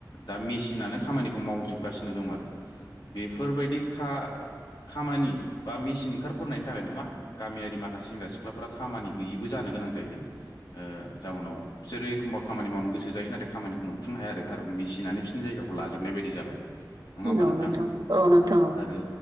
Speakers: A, on the left (about 75°); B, on the right (about 70°).
A: दा मेसिनानो खामानिखौ मावजोबगासिनो दं आरो बेफोरबायदि खामानि बा मेसिन ओंखारफोरनायनि थाखायनो मा गामियारि माखासे सेंग्रा सिख्लाफोरा खामानि गैयिबो जानो गोनां जायो जाहोनाव बिसोरो एखमबा खामानि मावनो गोसो जायो नाथाय खामानिखौ मोनफुंनो हाया आरो खारन मेसिनानो बि जायगाखौ लाजोबनाय बायदि जाबाय नङा
B: औ
A: होमबा
B: औ
A: नोंथां
B: औ नोंथां औ
A: आरो